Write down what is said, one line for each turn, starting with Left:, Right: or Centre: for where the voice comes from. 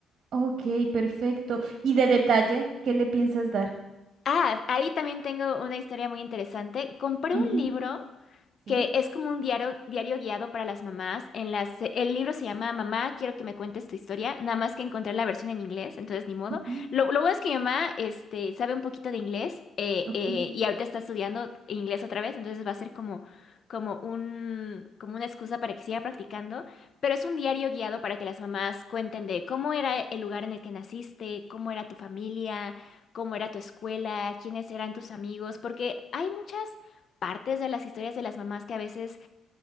Right: Ok, perfecto. ¿Y de detalle, qué le piensas dar?
Left: Ah, ahí también tengo una historia muy interesante, compré
Right: Ujú,
Left: un libro.
Right: Sí.
Left: que es como un diario, diario guiado para las mamás. En las, el libro se llama Mamá, quiero que me cuentes tu historia, nada más que encontré la versión en inglés, entonces ni modo.
Right: ujú,
Left: Lo, lo bueno es que mi mamá este, sabe un poquito de inglés eh,
Right: Ok.
Left: eh, y ahorita está estudiando inglés otra vez, entonces va a ser como, como un, como una excusa para que siga practicando, pero es un diario guiado para que las mamás cuenten de cómo era el lugar en el que naciste, cómo era tu familia, cómo era tu escuela, quiénes eran tus amigos, porque hay muchas partes de las historias de las mamás que a veces